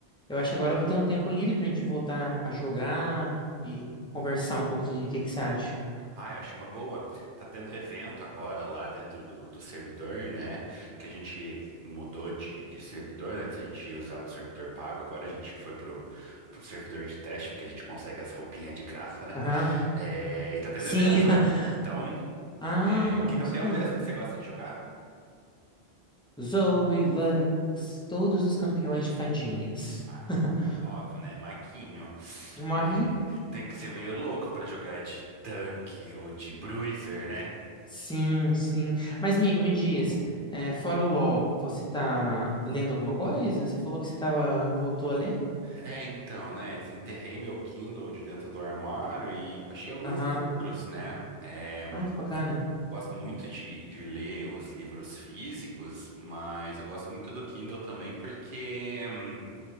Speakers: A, in the centre; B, on the right.
A: eu acho que agora eu vou ter um tempo livre pra gente voltar a jogar e conversar um pouquinho. O que que você acha?
B: Ai, acho uma boa. Tá tendo evento agora lá dentro do, do servidor, né? Porque a gente mudou de, de servidor. Antes a gente usava o servidor pago, agora a gente foi pro, pro servidor de teste, porque a gente consegue as roupinhas de graça, né?
A: Aham.
B: É, e tá tendo
A: Sim.
B: evento.
A: <laughs>
B: Então.
A: Ah,
B: É, que campeão
A: não sabia.
B: mesmo que você gosta de jogar?
A: Zoe, Lux, todos os campeões de fadinhas.
B: Ai,
A: <laughs>
B: óbvio, né? Maguinho.
A: É uma
B: É, tem que ser meio louco pra jogar de tanque ou de bruiser, né?
A: Sim, sim. Mas, amigo, me diz, é, fora o LOL, você tá lendo alguma coisa? Você falou que você tava, voltou a ler?
B: É, então, né? Desenterrei meu Kindle de dentro do armário e baixei alguns
A: Aham.
B: livros, né? É,
A: Ah, que bacana.
B: Gosto muito de, de ler os livros físicos, mas eu gosto muito do Kindle também porque hum,